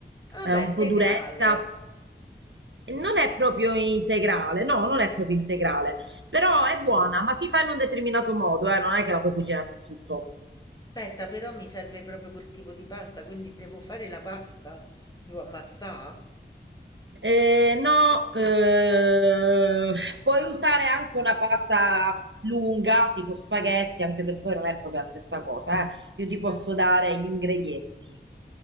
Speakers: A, on the left (about 20°); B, on the right (about 85°).
A: Vabbè,
B: è un
A: integrale.
B: po' duretta, non è proprio integrale, no, non è proprio integrale, però è buona, ma si fa in un determinato modo, eh, non è che la puoi cucinare con tutto.
A: Aspetta, però mi serve proprio quel tipo di pasta, quindi devo fare la pasta? Devo ammassà?
B: Ehm, no, ehm, puoi usare anche una pasta lunga, tipo spaghetti, anche se poi non è proprio la stessa cosa, eh. Io ti posso
A: Eh.
B: dare gli ingredienti.